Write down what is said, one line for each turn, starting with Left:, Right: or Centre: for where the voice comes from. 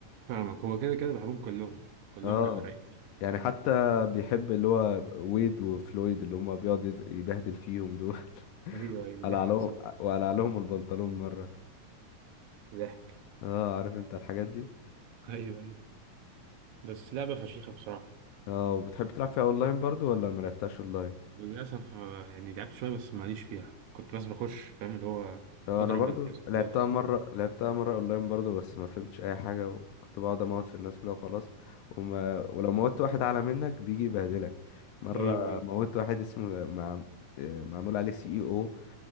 Right: فاهمك هو كده كده بحبهم كلهم كلهم
Left: اه
Right: جامد رايق
Left: يعني حتى بيحب اللي هو ويد وفلويد اللي هما بيقعد يد- يبهدل فيهم دول <laughs>
Right: ايوه ايوه
Left: قلع
Right: ضحك
Left: لهم
Right: صراحه
Left: وقلع لهم البنطلون مرة
Right: ضحك
Left: اه عارف انت الحاجات دي
Right: ايوه ايوه بس لعبه فشيخه بصراحه
Left: اه وبتحب تلعب فيها اونلاين برضو ولا ما لعبتهاش اونلاين
Right: للأسف آه، يعني لعبت شوية بس ماليش فيها كنت بس بخش فاهم اللي هو
Left: اه
Right: أضرب
Left: انا برضو
Right: الناس
Left: لعبتها
Right: وخلاص
Left: مرة
Right: <laughs>
Left: لعبتها مرة اونلاين برضو بس ما فهمتش اي حاجة وكنت بقعد اموت في الناس كده وخلاص وما ولو موت واحد اعلى منك بيجي يبهدلك مرة
Right: أيوه أيوه
Left: موت واحد اسمه مع... آه، معمول عليه سي اي او